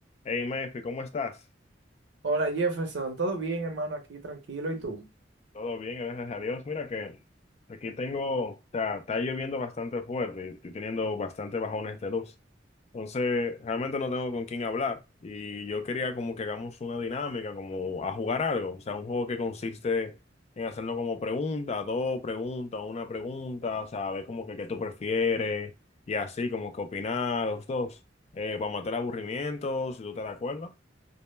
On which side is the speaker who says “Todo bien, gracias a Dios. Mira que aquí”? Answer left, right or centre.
Left